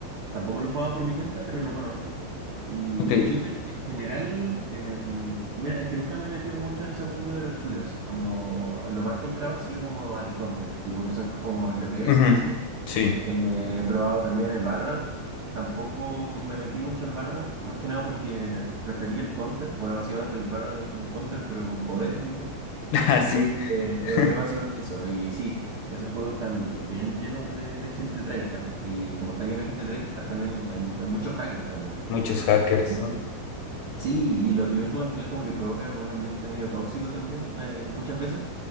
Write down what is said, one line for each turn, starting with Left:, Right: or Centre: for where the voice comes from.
Right: Tampoco lo he jugado por mi cuenta, pero lo conozco. Y
Left: ok.
Right: shooters en general, em, mira, es que nunca me he metido mucho en ese mundo de los shooters. Como lo más que entraba ha sido como al Counter, tipo que son como FPS
Left: Ujú,
Right: así.
Left: Sí,
Right: Eh, he probado también el Valorant. Tampoco me metí mucho al Valorant, más que nada porque preferí el Counter. Bueno, básicamente el Valorant es como un Counter, pero con poderes, digamos.
Left: <laughs> así.
Right: Entonces, eh,
Left: <laughs>
Right: es es básicamente eso. Y sí, esos juegos están bien llenos de, de gente tryhard. Y como está lleno de gente tryhard, también hay, mu- hay muchos hackers también.
Left: Muchos hackers.
Right: Pero
Left: ¿no?
Right: sí, y lo, y lo mismo al final como que provoca como un ambiente medio tóxico también, eh, muchas veces.